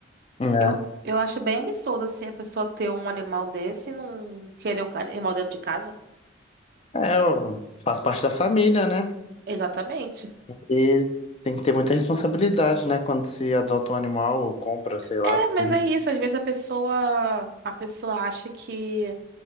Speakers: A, on the left; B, on the right.
A: É,
B: Eu, eu acho bem absurdo, assim, a pessoa ter um animal desse e não querer o ca- animal dentro de casa.
A: é eu faço parte da família, né?
B: Exatamente.
A: E tem que ter muita responsabilidade, né? Quando se adota um animal ou compra, sei lá.
B: É, mas
A: Tem...
B: é isso. Às vezes a pessoa, a pessoa acha que,